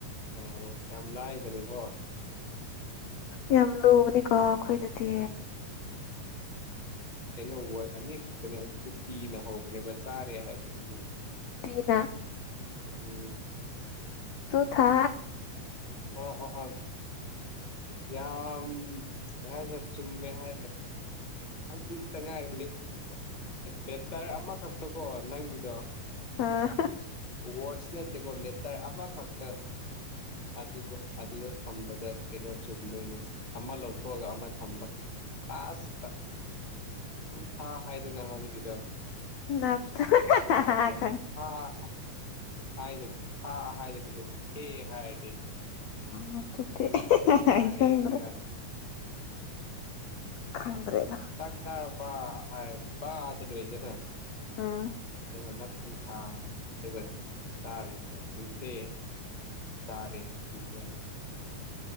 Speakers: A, on the left; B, on the left.
A: ꯎꯝ ꯌꯥꯝ ꯂꯥꯏꯕꯅꯤꯀꯣ
B: ꯌꯥꯝ ꯂꯨꯕꯅꯤꯀꯣ ꯑꯈꯣꯏꯗꯗꯤ
A: ꯀꯩꯅꯣ ꯋꯥꯔꯗ ꯑꯅꯤ ꯈꯛꯇꯅꯦ ꯑꯗꯨꯁꯨ ꯀꯤꯅ ꯍꯧꯕꯅꯦꯕ ꯆꯥꯔꯦ ꯍꯥꯏꯕꯗꯨꯗꯤ
B: ꯇꯤꯅ
A: ꯎꯝ
B: ꯇꯨ ꯊꯥ
A: ꯑꯣ ꯑꯥ ꯑꯥ ꯌꯥꯝ ꯀꯩ ꯍꯥꯏꯁꯤꯔꯥ ꯆꯨꯝꯃꯦ ꯍꯥꯏ ꯈꯥꯖꯤꯛꯇ ꯉꯥꯏꯔꯦ ꯂꯦꯇꯔ ꯑꯃꯈꯛꯇꯀꯣ ꯅꯪꯒꯤꯗꯣ
B: ꯑꯥ
A: ꯋꯥꯔꯗꯁ ꯅꯠꯇꯦꯀꯣ ꯂꯦꯇꯔ ꯑꯃꯈꯛꯇ ꯑꯗꯨꯗꯣ ꯑꯗꯨꯗꯣ ꯊꯝꯕꯗ ꯀꯩꯅꯣ ꯆꯨꯝꯗꯣꯏꯅꯦ ꯑꯃ ꯂꯧꯊꯣꯛꯑꯒ ꯑꯃ ꯊꯝꯕ ꯑꯥꯁ ꯇꯨ ꯊꯥ ꯍꯥꯏꯗꯅ ꯍꯧꯖꯤꯛꯀꯤꯗꯣ
B: ꯅꯠꯇꯥ
A: ꯑꯗꯣ
B: ꯈꯪ
A: ꯊꯥ ꯍꯥꯏꯗ ꯊꯥ ꯍꯥꯏꯗꯕꯤꯗ ꯊꯦ ꯍꯥꯏꯔꯗꯤ
B: <unintelligible> ꯇꯨ ꯊꯦ
A: ꯆꯥꯔꯦ
B: ꯑꯩ ꯈꯪꯗ꯭ꯔꯦ
A: ꯍꯥꯏꯔꯛꯑꯅꯤ
B: ꯈꯪꯗ꯭ꯔꯦꯗ
A: ꯆꯥꯛ ꯆꯥꯔꯕ ꯍꯥꯏ ꯕ ꯗꯥ ꯂꯣꯏꯗꯅ
B: ꯎꯝ
A: ꯑꯗꯨꯒ ꯅꯛꯇꯨ ꯊꯥ ꯑꯗꯨꯒ ꯆꯥꯔꯦ ꯇꯨ ꯊꯦ ꯆꯥꯔꯦ ꯇꯨ ꯊꯦ